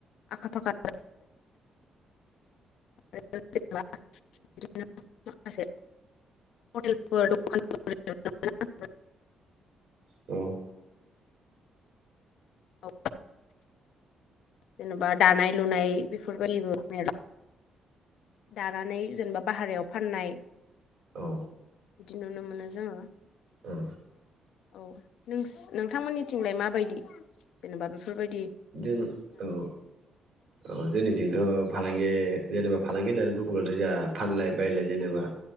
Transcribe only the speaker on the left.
आखा फाखा आरो जेनबा बिदि मासे हटेल दखान
औ। जेनेबा दानाय लुनाय बेफोरबायदि दानानै जेनेबा भारेरायाव फाननाय
बिदि नुनो मोनो जोङो
औ नोस नों नोंथांमोननिथिंलाय माबायदि जेनेबा बेफोर बायदि।